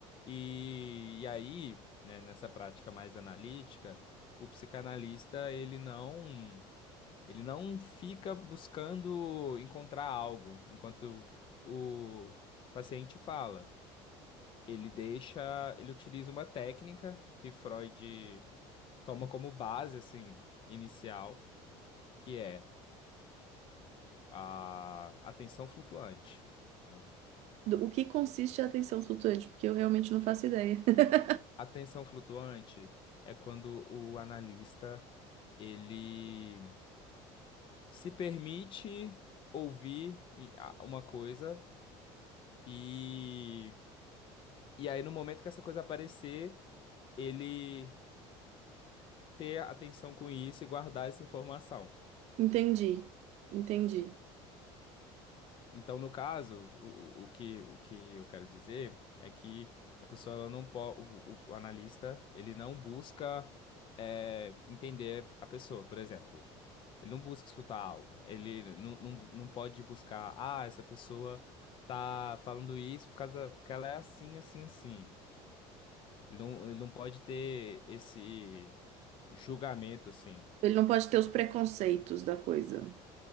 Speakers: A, on the left; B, on the right.
A: E, e aí, né, nessa prática mais analítica, o psicanalista, ele não, ele não fica buscando encontrar algo enquanto o paciente fala ele deixa, ele utiliza uma técnica que Freud toma como base assim inicial, que é a atenção flutuante, né?
B: Do- O que consiste a atenção flutuante? Porque eu realmente não faço ideia. <laughs>
A: A Atenção flutuante é quando o analista ele se permite ouvir e- a- uma coisa e e aí no momento que essa coisa aparecer, ele ter atenção com isso e guardar essa informação.
B: Entendi, entendi.
A: Então, no caso, o, o o que, o que eu quero dizer é que a pessoa ela não pode, o, o analista, ele não busca eh, entender a pessoa, por exemplo. Ele não busca escutar algo. Ele não, não, bu- não pode buscar, ah, essa pessoa tá falando isso por causa que ela é assim, assim, assim. Ele não, ele não pode ter esse julgamento, assim.
B: Ele não pode ter os preconceitos da coisa.